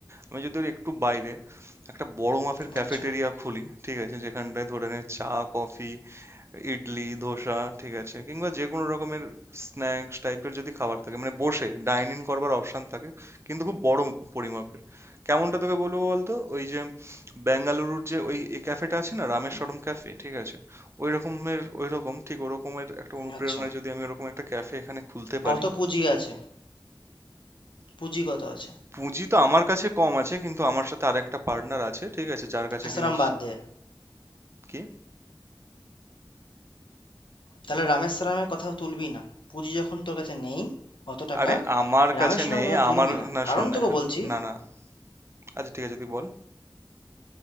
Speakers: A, on the right; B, on the left.
A: আমি যদি ওর একটু বাইরে একটা বড় মাপের ক্যাফেটেরিয়া
B: আচ্ছা
A: খুলি ঠিক আছে যেখানটায় ধরে নে চা কফি ইডলি ধোসা ঠিক আছে কিংবা যে কোনো রকমের স্ন্যাক্স টাইপের যদি খাবার থাকে মানে বসে ডাইন ইন করবার অপশন থাকে কিন্তু খুব বড় পরিমাপের কেমনটা তোকে বলবো বলতো ওই যে বেঙ্গালুরুর যে ওই এই ক্যাফেটা আছে না রামেশ্বরম
B: হুম
A: ক্যাফে ঠিক আছে ওই রকমের ওই রকম ঠিক ওরকমের একটা অনুপ্রেরণায়
B: আচ্ছা
A: যদি আমি ওরকম একটা ক্যাফে এখানে খুলতে পারি
B: কত পুঁজি আছে? পুঁজি কত আছে?
A: পুঁজি তো আমার কাছে কম আছে কিন্তু আমার সাথে আরেকটা পার্টনার আছে ঠিক আছে যার কাছে
B: রামেশ্বরম
A: কিনা
B: বাদ দে।
A: কি
B: তাহলে রামেশ্বরমের কথা তুলবি না। পুঁজি যখন তোর কাছে নেই অত টাকা
A: আরে আমার
B: রামেশ্বরমের
A: কাছে নেই
B: কথা তুলবি
A: আমার
B: না।
A: না
B: কারণ
A: শোন
B: তোকে বলছি
A: না না আচ্ছা ঠিক আছে তুই বল